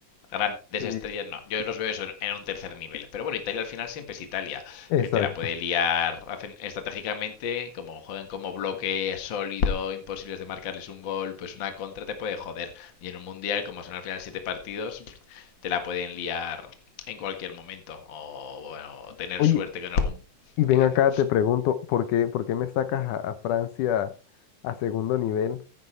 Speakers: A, on the left; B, on the left.
A: grandes
B: sí,
A: estrellas, no. Yo los veo eso en, un tercer nivel. Pero bueno, Italia al final siempre es Italia,
B: exacto.
A: que te la puede liar hacen estratégicamente, como juegan como bloque sólido, imposibles de marcarles un gol, pues una contra te puede joder. Y en un mundial, como son al final siete partidos, te la pueden liar en cualquier momento. O bueno, tener
B: oye
A: suerte con algún
B: Y ven
A: Dime,
B: acá,
A: dime.
B: te pregunto, ¿por qué, por qué me sacas a, a Francia a segundo nivel?